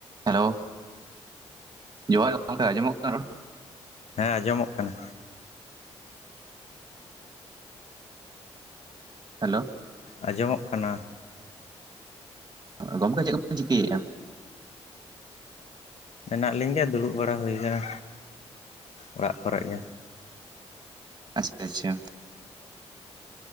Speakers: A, on the right; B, on the left.
A: ᱦᱮᱞᱳ ᱡᱚᱦᱟᱨ ᱜᱚᱝᱠᱮ ᱟᱸᱡᱚᱢᱚᱜ ᱠᱟᱱᱟ ᱨᱚᱲ?
B: ᱦᱮᱸ ᱟᱸᱡᱚᱢᱚᱜ ᱠᱟᱱᱟ᱾
A: ᱦᱮᱞᱳ
B: ᱟᱸᱡᱚᱢᱚᱜ ᱠᱟᱱᱟ?
A: ᱟ ᱜᱚᱝᱠᱮ ᱪᱮᱫ ᱠᱚᱯᱮ ᱪᱤᱠᱟᱹᱭᱮᱫᱼᱟ?
B: ᱢᱮᱱᱟᱜ ᱞᱤᱧ ᱜᱮᱭᱟ ᱫᱩᱲᱩᱵ ᱵᱟᱲᱟ ᱦᱩᱭ ᱟᱠᱟᱱᱟ ᱚᱲᱟᱜ ᱠᱚᱨᱮ ᱜᱮ᱾
A: ᱟᱪᱪᱷᱟ ᱟᱪᱪᱷᱟ